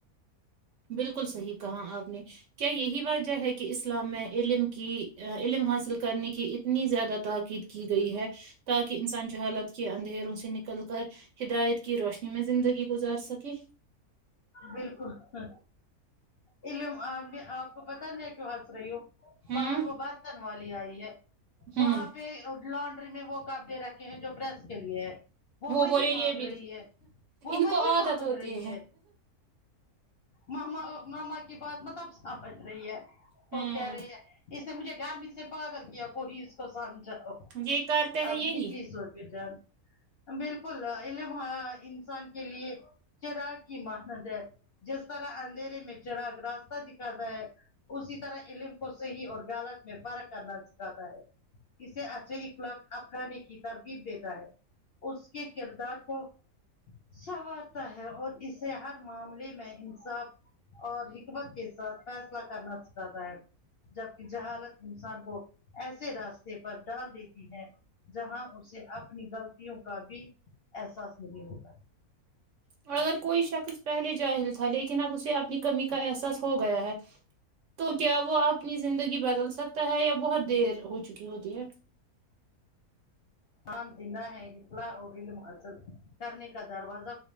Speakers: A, on the right; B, on the left.
A: بالکل صحیح کہا آپ نے کیا یہی وجہ ہے کہ اسلام میں علم کی علم حاصل کرنے کی اتنی زیادہ تاکید کی گئی ہے تاکہ انسان جہالت کے اندھیروں سے نکل کر ہدایت کی روشنی میں زندگی گزار سکے
B: بالکل ہ علم آپ آپ کو پتا ہے میں کیوں ہنس رہی ہوں
A: ہوں
B: باہر وہ برتن والی آئی ہے
A: ہوں
B: وہاں پہ لانڈری میں وہ کابیہ رکھ ہیں جو پریس کے لیے ہے وہ وہی
A: بولے یہ
B: مانگ
A: بھی
B: رہی ہے وہ
A: ان
B: وہی
A: کو عادت
B: مانگ
A: ہوتی
B: رہی ہے ماما ماما کی بات مطلب سمجھ رہی ہے
A: ہوں
B: وہ کہہ رہی ہے اس نے مجھے گرمی سے پاگل کیا کوئی اس کو سمجھا ہو
A: یہ کرتے ہیں
B: اب
A: یہی
B: نکلی سو رپ جان بالکل علم انسان کے لیے چراغ کی ماں مگر جس طرح اندھیرے میں چراغ راستہ دکھاتا ہے اسی طرح علم کو صحیح اور غالط میں فرق کرنا سکھاتا ہے اسے اچھے الاق اپنانے کی ترغیب دیتا ہے اس کے کردار کو سنوارتا ہے اور اسے ہر معاملے میں انصاف اور حکمت کے ساتھ فیصلہ کرنا سکھاتا ہے جبک جہالت انسان کو ایسے راستے پر ڈال دیتی ہے جہاں اسے اپنی غلطوں کا بھی احساس نہیں ہوتا
A: اور اگر کوئی شخص پہلے جاہل تھا لیکن اب اسے اپنی کمی کا احساس ہو گیا ہے تو کیا وہ اپنی زندگی بدل سکتا ہے یا بہت دیر ہو چکی ہوتی ہے
B: ہان جا ہے اخلا اور علم حاصل کرنے کا دروازہ